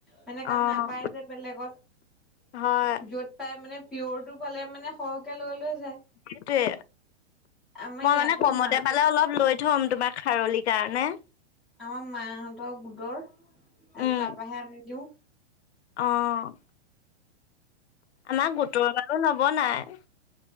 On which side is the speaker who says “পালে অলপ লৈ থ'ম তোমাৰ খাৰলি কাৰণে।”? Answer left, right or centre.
Left